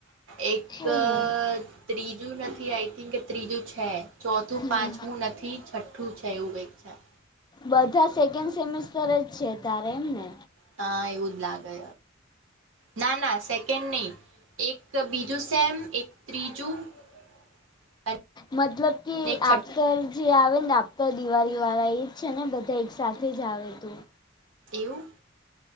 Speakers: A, on the right; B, on the left.
A: એક,
B: ઓહો
A: ત્રીજું નથી આઈ થિંક કે ત્રીજું છે ચોથું
B: હમ
A: પાંચમું નથી છઠ્ઠું છે. એવુ કંઈક ચ્છા
B: બધા સેકન્ડ સેમેિસ્ટર જ છે તારે એમ ને?
A: તા એવું જ લાગે ના ના સેકન્ડ નહીં એક બીજું સેમ એક ત્રીજું <unintelligible>
B: મતલબ કે
A: એક છઠ્ઠું
B: આપસર જે આવે ને આપતા દિવાળીવાળા એ જ છે ને બધા એક સાથે જ આવે તું
A: એવું